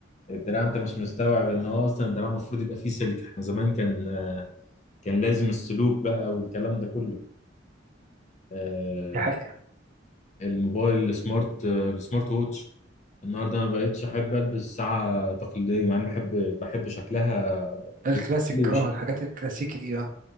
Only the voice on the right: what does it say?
دي حقيقة
الكلاسيك
اه الحاجات الكلاسيكي دي اه